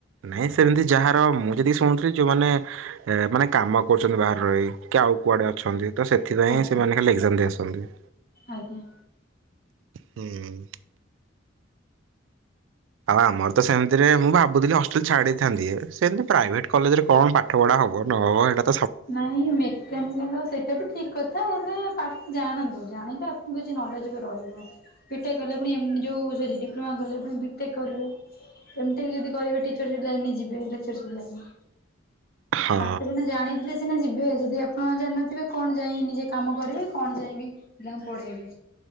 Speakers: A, on the right (about 75°); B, on the left (about 50°).
A: ନାଇଁ ସେମିତି ଯାହାର, ମୁଁ ଯେତିକି ଶୁଣୁଥିଲି ଯୋଉମାନେ, ଏ ମାନେ କାମ କରୁଚନ୍ତି ବାହାର ରହି, କି ଆଉ କୁଆଡେ ଅଛନ୍ତି, ତ ସେଥିପାଇଁ
B: ଆଜ୍ଞା
A: ସେମାନେ ଖାଲି ଏଗଜାମ୍ ଦେଇ ଆସନ୍ତି।
B: ଆଜ୍ଞା।
A: ହୁଁ ଉଁ। ଆଉ ଆମର ତ ସେମିତିରେ, ମୁଁ ଭାବୁଥିଲି ହଷ୍ଟେଲ ଛାଡିଥାନ୍ତି, ସେମିତି ପ୍ରାଇଭେଟ କଲେଜରେ କଣ ପାଠ ପଢ଼ା ହବ, ନହବ ହେଟା
B: ନାଇଁ ମେକାନିକାଲ୍ ସେ ତେବେ ଠିକ୍ କଥା, ହେଲେ ପାଠ ଜାଣନ୍ତୁ, ଜାଣିଲେ ଆପଣଙ୍କୁ କିଛି ନଲେଜ ବି ରହିବ। ବିଟେକ୍ କଲେ ପୁଣି ଏ ଯେଉଁ ସରି ଡିପ୍ଲୋମା କଲେ, ପୁଣି ବିଟେକ୍ କରିବେ। ଏମଟେକ୍ ଯଦି କରିବେ, ଟିଚରସିପ୍ ଲାଇନ ରେ ଯିବେ, ଲେଚରସିପ୍ ଲାଇନ୍
A: ହଁ
B: ପାଠ ସିନା ଜାଣି ରେ ସିନା ଯିବେ, ଯଦି ଆପଣ ଜାଣିନଥିବେ, କଣ ଯାଇ ନିଜେ କାମ କରିବେ, କଣ ଯାଇଁକି ପିଲାଙ୍କୁ ପଢେଇବେ?